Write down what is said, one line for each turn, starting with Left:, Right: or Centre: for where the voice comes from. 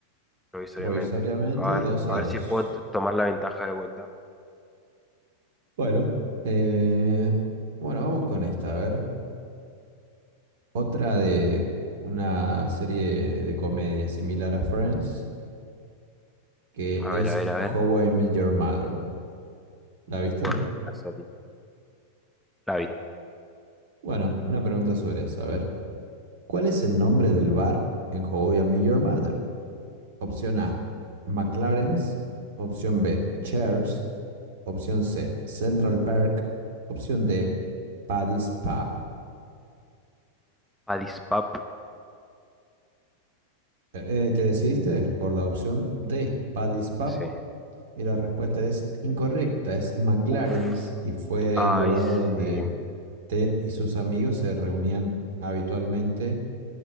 Centre: provisoriamente.
Right: provisoriamente
Centre: A
Right: 2
Centre: ver,
Right: a
Centre: a ver
Right: 2.
Centre: si puedo t- tomar la ventaja de vuelta.
Right: Bueno, eh, bueno, vamos con esta, a ver, otra de una serie de comedia similar a Friends, que
Centre: A
Right: es
Centre: ver, a ver, a
Right: How
Centre: ver.
Right: I Met Your Mother. ¿La viste?
Centre: Bueno, buena serie. La vi.
Right: Bueno, una pregunta sobre eso. A ver, ¿cuál es el nombre del bar en How I Met Your Mother? Opción A, McLaren's. Opción B, Cheers. Opción C, Central Park. Opción D, Paddy's Pub.
Centre: Addis Pap,
Right: Eh, eh, ¿te decidiste por la opción D, Paddy's Pub?
Centre: sí.
Right: Y la respuesta es incorrecta, es McLaren's
Centre: Uf.
Right: y fue
Centre: Ay,
Right: el lugar
Centre: sí.
Right: donde Ted y sus amigos se reunían habitualmente,